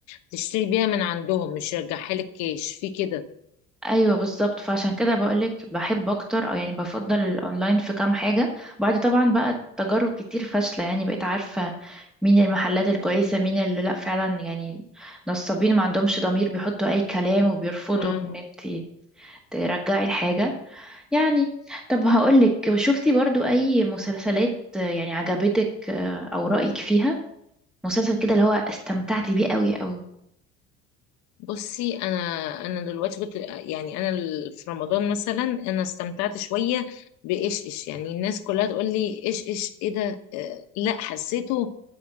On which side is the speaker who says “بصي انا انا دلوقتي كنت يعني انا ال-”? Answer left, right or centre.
Left